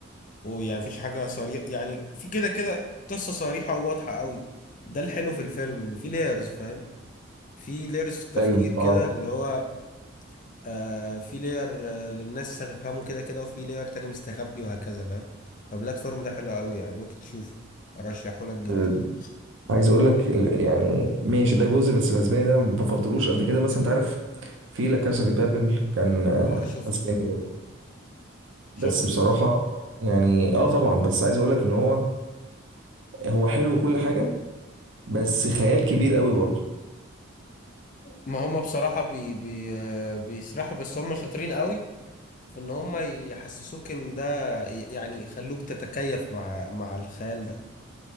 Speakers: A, on the left (about 40°); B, on the right (about 65°).
A: ويعني مفيش حاجة صريحة يعني في كده كده قصة صريحة وواضحة قوي ده الحلو في الفيلم ان في لايرز فاهم في لايرز في التفكير
B: حلو اه
A: كده اللي هو آه في لاير آه للناس هتفهمه كده كده وفي لاير تاني مستخبي وهكذا فاهم فبلاتفورم ده حلو قوي يعني ممكن تشوفه ارشحه لك جدا
B: ال- عايز اقول
A: ممكن
B: لك ال- يعني ماشي ده جزء بس الاسباني ده انا ما بفضلوش قد كده مثلا انت عارف في لا كاسا دي بابل كان آه،
A: اه شفته
B: اسباني برضه بس
A: شفته
B: بصراحة يعني اه طبعا بس عايز اقول لك ان هو هو حلو وكل حاجة بس خيال كبير قوي برضه
A: ما هم بصراحة بي بي آه، بيسرحوا بس هم شاطرين قوي في ان هم يحسسوك ان ده يعني يخلوك تتكيف مع مع الخيال ده